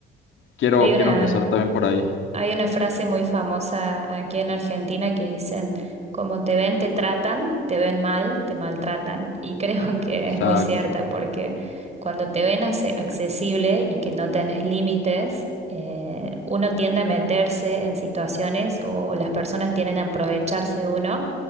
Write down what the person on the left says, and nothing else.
Quiero,
quiero empezar también por ahí.
Exacto,